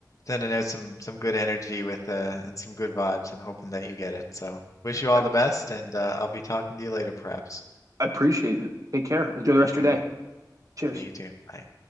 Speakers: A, on the left (about 50°); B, on the right (about 50°).
A: sending out some some good energy with uh and some good vibes and hoping that you get it. So wish you all
B: I,
A: the best and uh I'll be talking to you later perhaps.
B: I appreciate it. Take care. Enjoy the rest
A: All
B: of your
A: right.
B: day. Cheers.
A: Okay, you too. Bye.